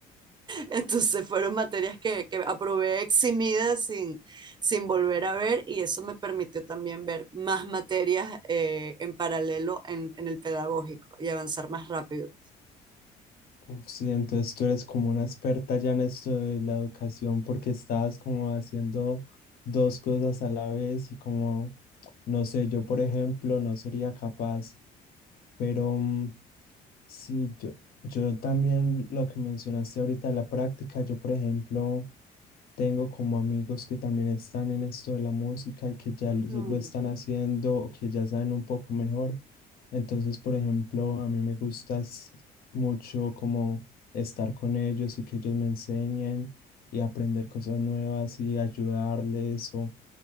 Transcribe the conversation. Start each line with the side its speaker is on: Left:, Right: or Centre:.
Right: Entonces fueron materias que, que aprobé eximidas sin, sin volver a ver y eso me permitió también ver más materias eh, en paralelo en, en el pedagógico y avanzar más rápido.
Left: Uf, sí, entonces tú eres como una experta ya en esto de la educación porque estabas como haciendo dos cosas a la vez y como, no sé, yo por ejemplo no sería capaz, pero mm, Sí, yo, yo también lo que mencionaste ahorita de la práctica, yo por ejemplo tengo como amigos que también están en esto de la música y que ya
Right: Ujú,
Left: lo, lo están haciendo o que ya saben un poco mejor. Entonces, por ejemplo, a mí me gusta s- mucho como estar con ellos y que ellos me enseñen y aprender cosas nuevas y ayudarles o